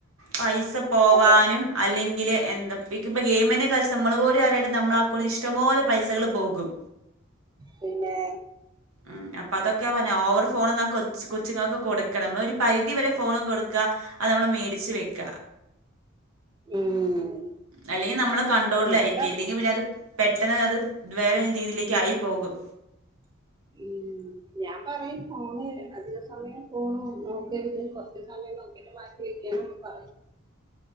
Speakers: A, on the right; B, on the right.
A: പൈസ പോവാനും
B: അതെ
A: അല്ലെങ്കില് എന്താ ഇപ്പം ഗെയിമന്നെ കൾച്ച് നമ്മള് പോലും അറിയാ നമ്മള ആക്കുന്ന് ഇഷ്ടംപോലെ പൈസകള് പോകും.
B: പിന്നെ
A: ഉം അപ്പൊ അതൊക്കെ പർഞ്ഞാ ഓവർ ഫോണൊന്നാ കൊച്ച് കൊച്ച്ങ്ങക്ക് കൊട്ക്കണം. നമ്മള് ഒരു പരിധി വരെ ഫോൺ കൊടു ക്കാ അത് നമ്മള് മേടിച്ച് വെക്ക.
B: ഉം
A: അല്ലെങ്കി നമ്മളെ കണ്ടോൾലായിരിക്ക
B: ഞാൻ പറ
A: ഇല്ലെങ്കി പിന്നെ അത് പെട്ടെനെ അത് വേറെതേലും രീതിയിലേക്ക്ക് ആയി പോകും.
B: ഉം ഞാൻ പറയും. ഫോണ് അധിക സമയം ഫോണ് നോക്കര്ത്. കൊർച്ച് സമയം നോക്കിയിട്ട് മാറ്റി വെക്കണം പറ